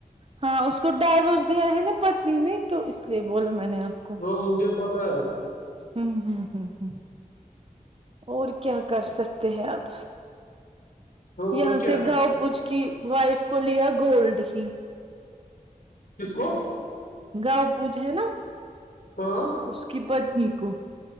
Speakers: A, on the right (about 40°); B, on the left (about 70°).
A: ہاں اس کو ڈائیورس دیا ہے نا پتنی نے تو اس لیے بولا میں نے آپ کو
B: ہاں مجھے پتا ہے
A: ہوں ہوں ہ ہ اور کیا کر سکتے ہیں اب
B: ہاں
A: یہاں
B: اور کیا
A: سے گاؤں پوچھ کی وائف کو لیا گولڈ ہی
B: کس کو
A: گاؤں پوج ہے نا
B: ہاں
A: اس کی پتنی کو